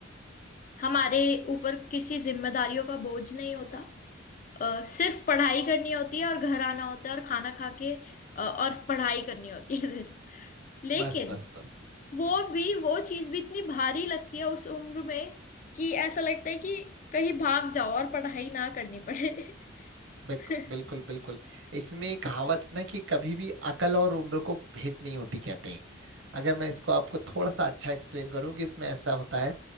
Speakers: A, on the left; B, on the right.
A: हमारे ऊपर किसी जिम्मेदारियों का बोझ नहीं होता अ, सिर्फ पढ़ाई करनी होती है और घर आना होता है और खाना खा के अ, और पढ़ाई करनी होती है फिर लेकिन
B: बस बस बस
A: वो भी वो चीज भी इतनी भारी लगती है उस उम्र में कि ऐसा लगता है कि कहीं भाग जाओ और पढ़ाई ना करनी पड़े
B: बिक-
A: <laughs>
B: बिल्कुल बिल्कुल इसमें एक कहावत है ना कि कभी भी अकल और उम्र को भेंट नहीं होती कहते हैं अगर मैं इसको आपको थोड़ा सा अच्छा एक्सप्लेन करूं कि इसमें ऐसा होता है